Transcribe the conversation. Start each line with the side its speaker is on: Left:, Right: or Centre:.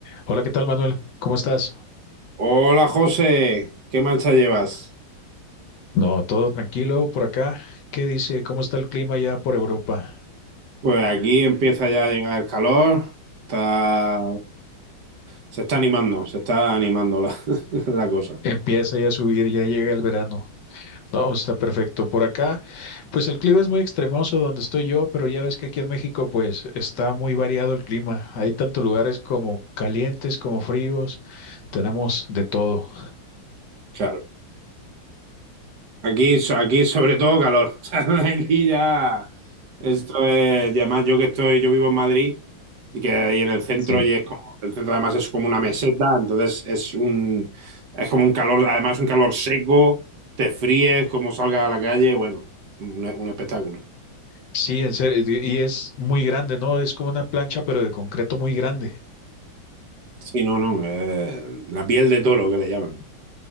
Left: Hola, ¿qué tal, Manuel? ¿Cómo estás?
Right: Hola José, ¿qué marcha llevas?
Left: No, todo tranquilo por acá. ¿Qué dice? ¿Cómo está el clima ya por Europa?
Right: Pues aquí empieza ya a llegar el calor, está, se está animando, se está animando la, <laughs> la cosa.
Left: Empieza ya a subir, ya llega el verano. No, pues, está perfecto. Por acá, pues el clima es muy extremoso donde estoy yo, pero ya ves que aquí en México, pues está muy variado el clima. Hay tantos lugares como calientes, como fríos. Tenemos de todo.
Right: Claro, aquí, so- aquí sobre todo calor, <laughs> O sea, aquí ya, esto es, y además yo que estoy, yo vivo en Madrid y que ahí en el centro
Left: Sí.
Right: y es como, el centro además es como una meseta, entonces es un, es como un calor, además un calor seco, te fríes como salgas a la calle, bueno, un un espectáculo.
Left: Sí, en serio. Y y es muy grande, ¿no? Es como una plancha, pero de concreto muy grande.
Right: Sí, no, no, eh, la piel de toro que le llaman.